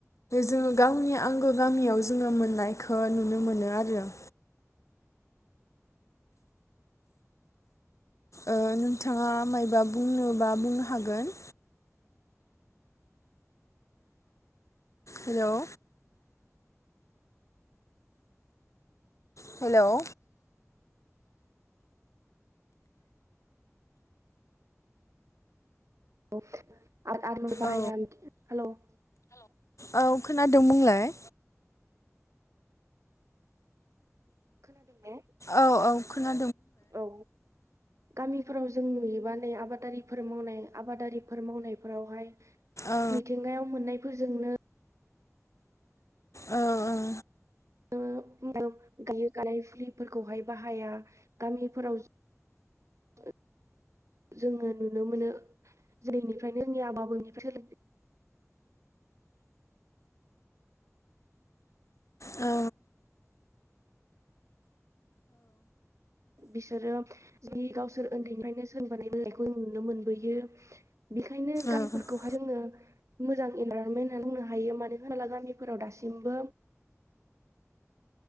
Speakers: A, on the left; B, on the right.
A: जोङो गावनि आंगो गामियाव जोङो मोननायखौ नुनो मोनो आरो। ओ नोंथाङा मायबा बुंनोबा बुंनो हागोन हेल' हेल'
B: अ आ आरो <unintelligible> बाहाय
A: औ
B: आ हेल' <unintelligible>
A: औ खोनादों बुंलाय
B: खोनादों ने
A: औ औ खोना
B: औ गामिफोराव जों नुयोबानो आबादारिफोर मावनाय आबादारिफोर मावनायफोरावहाय
A: औ
B: मिथिंगायाव मोननायफोरजोंनो
A: औ औ
B: <unintelligible> गायो गानाय फुलिफोरखौहाय बाहाया गामिफोराव <unintelligible> जोङो नुनो मोनो जेरैनिफ्रायनो जोंनि आबौ आबैनिफ्राय <inaudible>
A: औ
B: बिसोरो जि गावसोर उन्दैनिफ्रायनो सोलोंबोनायखौ नुनो मोनबोयो। बेखायनो गानफोरखौहा
A: औ
B: जोंनो मोजां इनभारमेन्ट होननानै बुंनो हायो मानो होनोब्ला गामिफोराव दासिमबो